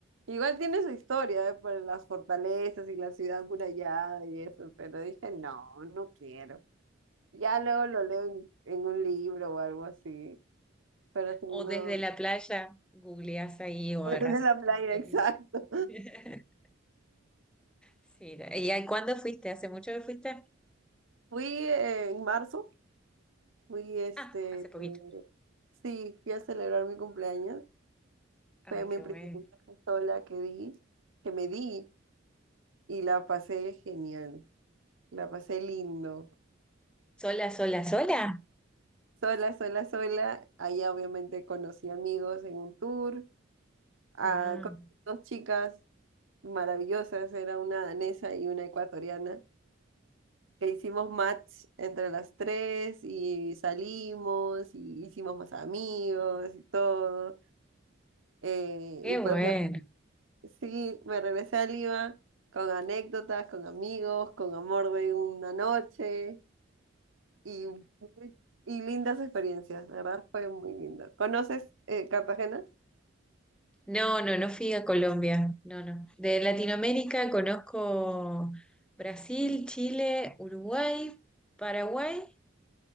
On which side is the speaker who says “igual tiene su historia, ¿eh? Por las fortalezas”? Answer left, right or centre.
Right